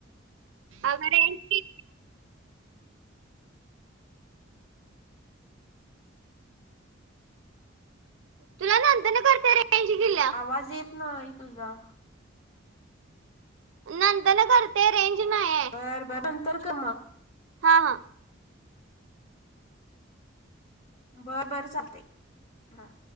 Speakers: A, on the right; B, on the left.
A: अग रेंज ती तुला नंतरला करते रेंज गेलीया.
B: आवाज येत नाही तुझा.
A: नंतरन करते रेंज नाहीय.
B: बर बर नंतर कर मग.
A: हा हा.
B: बरं बर चालतय हा.